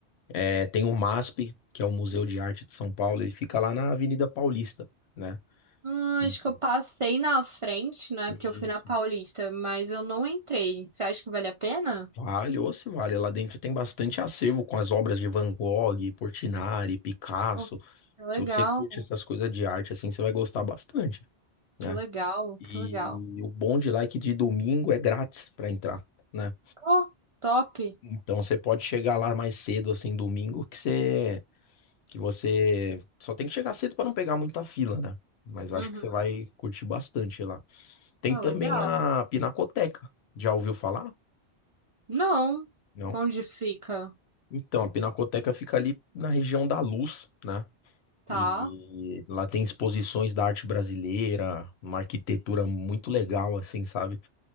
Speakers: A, on the left (about 70°); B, on the right (about 50°).
A: É, tem o MASP, que é o Museu de Arte de São Paulo, ele fica lá na Avenida Paulista, né?
B: Ah,
A: E
B: acho que eu passei na frente, né?
A: e
B: Porque eu fui
A: isso.
B: na Paulista, mas eu não entrei. Você acha que vale a pena?
A: Vale, ou se vale. Lá dentro tem bastante acervo com as obras de Van Gogh, Portinari, Picasso.
B: Oh, que legal,
A: Se você curte essas coisas de arte, assim, você vai gostar bastante, né?
B: que legal,
A: E
B: que legal.
A: o bom de lá é que de domingo é grátis para entrar, né?
B: Oh, top.
A: Então você pode chegar lá mais cedo, assim, domingo, que você que você só tem que chegar cedo para não pegar muita fila, né? Mas eu
B: Uhum.
A: acho que você vai curtir bastante lá. Tem
B: Ah,
A: também
B: legal.
A: a Pinacoteca. Já ouviu falar?
B: Não.
A: Não.
B: Onde fica?
A: Então, a Pinacoteca fica ali na região da Luz, né?
B: Tá.
A: E lá tem exposições da arte brasileira, uma arquitetura muito legal, assim, sabe?